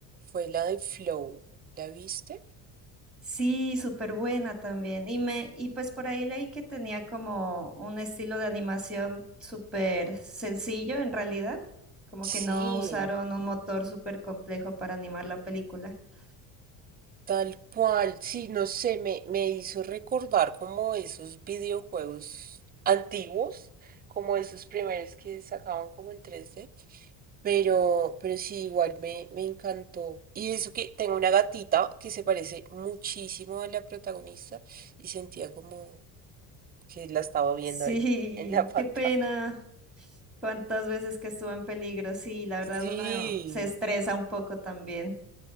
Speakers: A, on the right; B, in the centre.
A: fue la de Flow. ¿La viste?
B: Sí, súper buena también. Y me, y pues por ahí leí que tenía como un estilo de animación súper sencillo en realidad, como
A: Sí,
B: que no usaron un motor súper complejo para animar la película. <laughs>
A: tal cual. Sí, no sé, me, me hizo recordar como esos videojuegos antiguos, como esos primeros que sacaban como en tres d Pero, pero sí, igual me, me encantó. Y eso que tengo una gatita que se parece muchísimo a la protagonista y sentía como que la estaba viendo
B: Sí,
A: ahí en la <laughs> pantalla.
B: qué pena. Cuántas veces que estuvo en peligro. Sí, la verdad
A: Sí,
B: uno se estresa un poco también.